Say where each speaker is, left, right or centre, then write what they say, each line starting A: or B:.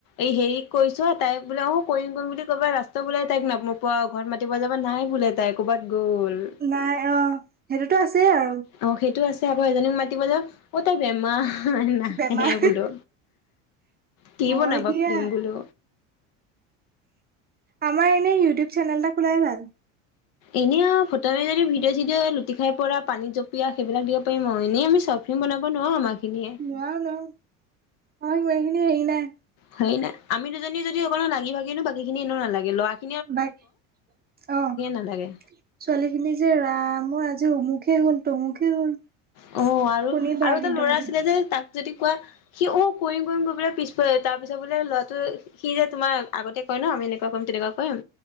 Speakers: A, on the left; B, on the right.
A: এই হেৰি কৰিছোৱা তাইক বোলে অ কৰিম কৰিম বুলি ক'বা ৰাস্তত বোলে তাইক নপোৱা অ। ঘৰত মাতিব যাবা নাই বোলে তাই ক'ৰবাত গ'ল।
B: নাই অ সেইটোতো আছে আৰু।
A: অ সেইটো আছে আকৌ এজনীক মাতিব যা তাই বেমা হ নাহে
B: বেমাৰ
A: বোলো কি
B: হয়
A: বনাবা
B: দিয়া
A: ফ্লিম বোলো।
B: আমাৰ এনেই ইউটিউব চেনেল এটা খোলাই ভাল।
A: এনেই আও ফটোৱামি যদি ভিডিঅ' চিডঅ' লুটি খাই পৰা পানীত জপিয়ীয়া সেইবিলাক দিব পাৰিম আও এনেই আমি চ- বনাব নোৱাৰো আমাৰ খিনিয়ে
B: নোৱাও নোৱাও অ ইমানখিনি সেই নাই।
A: সেই নাই আমি দুজনী যদি অকণমান লাগি ভাগি দো বাকী খিনি এনে নালাগে লৱা
B: বাক অ ছোৱালীখিনি
A: নালাগে
B: যে ৰাম আজি অমুখে হ'ল। তমুখে হ'ল
A: অ' আৰু
B: কনি বাগ
A: আৰু এটা
B: ইন্ট
A: ল'ৰা
B: বাটে
A: আছিলে যে তাক যদি কোৱা সি অ কৰিম কৰিম কৰি কপেলাই পিছ পেলায় তাৰ পিছত বোলে ল'ৰাটোৱে সি যে তোমাক আগতে কয় ন আমি এনেকুৱা কৰিম তেনেকুৱা কৰিম